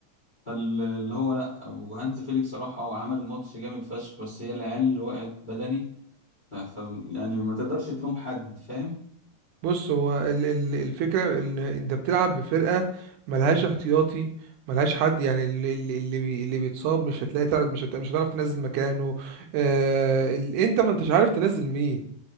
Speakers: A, on the left (about 25°); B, on the right (about 80°).
A: فاللي هو لا وهانز فيليك صراحة هو عمل الماتش جامد فشخ بس هي العيال اللي وقعت بدني ف ف- يعني ما تقدرش تلوم حد فاهم
B: بص هو ال- ال- الفكرة ان انت بتلعب بفرقة ملهاش احتياطي ملهاش حد يعني اللي اللي اللي بي- اللي بيتصاب مش هتلاقي تعرف مش هت- مش هتعرف تنزل مكانه آه ال- انت ما انتش عارف تنزل مين